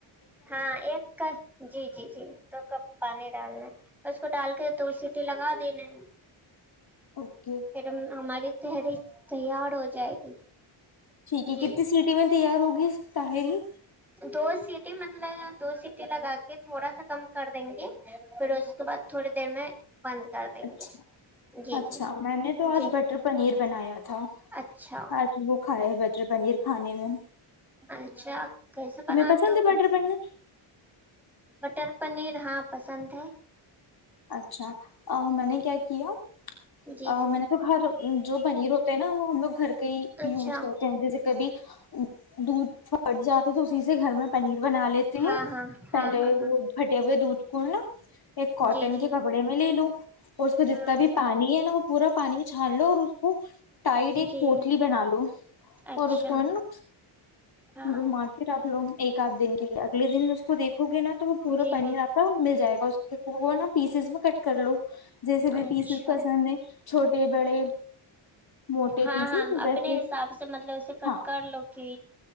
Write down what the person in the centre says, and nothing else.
ہاں ایک کا جی جی جی تو کب پانی ڈالنا ہے اس کو ڈال کے تو سیٹی لگا دینا
ہے ہماری تحری تیار ہو جائے گی
جی
دو سیٹی مطلب دو سیٹی لگا کے تھوڑا سا کم کر دیں گے پھر اس کے بعد تھوڑی دیر میں بند کر دیں
گے جی
جی
جی
اچھا
اچھا کیسے
بناتے
ہو
بٹر پنیر ہاں پسند ہے
جی جی
اچھا
ہاں
ہاں ہاں
ہاں ہاں
جی
جی
ہاں
جی
اچھا
ہاں
جی
جی
اچھا
ہاں
ہاں اپنے
حساب سے مطلب اسے کٹ
کر لو کہ